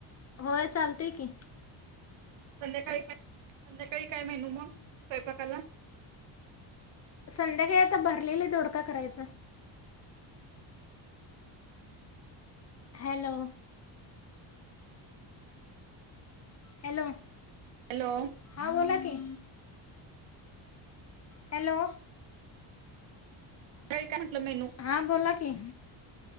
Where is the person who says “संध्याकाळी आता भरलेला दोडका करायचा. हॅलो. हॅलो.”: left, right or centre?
Left